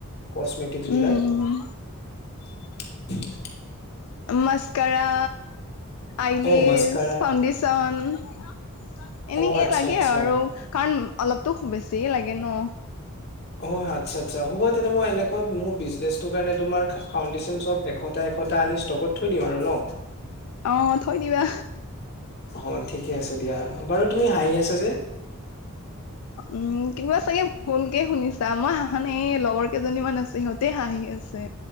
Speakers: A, on the left; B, on the left.
A: কচমেটিকছ বিলাক
B: উম উম
A: <unintelligible>
B: মাস্কাৰা, আইলেছ,
A: অ মাস্কাৰা
B: ফাউণ্ডেচন এনেকেই
A: অ আচ্ছা
B: লাগে
A: আচ্ছা
B: আৰু কাৰণ অলপতো বেছি লাগে ন
A: অ আচ্ছা, আচ্ছা হ'ব তেনে মই এনেকুৱা মোৰ বিজনেছৰ কাৰণে তোমাৰ ফাউণ্ডেচন চ এশটা এশটা আনি ষ্টকত থৈ দিম আৰু ন
B: অ থৈ দিবা
A: অ ঠিকে আছে দিয়া বাৰু তুমি হাঁহি আছা যে
B: উম, কিবা চাগে ভুলকে শুনিছা মই হাঁহা নাই লগৰ কেইজনীমান আছে সিহঁতে হাঁহি আছে